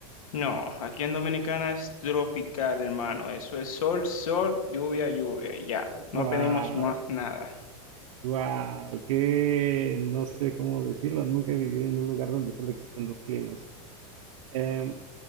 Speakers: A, on the left; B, on the right.
A: no, aquí en Dominicana es tropical, hermano. Eso es sol, sol, lluvia, lluvia, y ya. No
B: Wow,
A: tenemos más nada.
B: wow, que no sé cómo decirlo. Nunca he vivido en un lugar donde solo existen dos climas. Em,